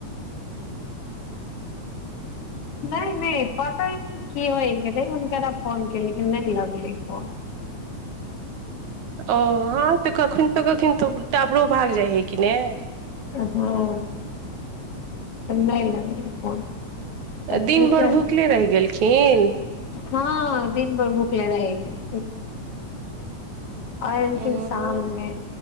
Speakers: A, on the left (about 55°); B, on the right (about 75°).
A: नहि नहि पता नहि की होय गेलै हुनकरा फोन के लेकिन नहि लगलै फोन
B: ओ हँ तऽ कखनको कखनको तऽ टावरो भाग जाइ है कि ने
A: हँ नहि लगलै फोन तऽ
B: दिन
A: की
B: भर
A: कर
B: भुखले रहि गेलखिन
A: हँ दिन भर भूखले रहि गेलखिन आओर एलथिन
B: उ
A: शाममे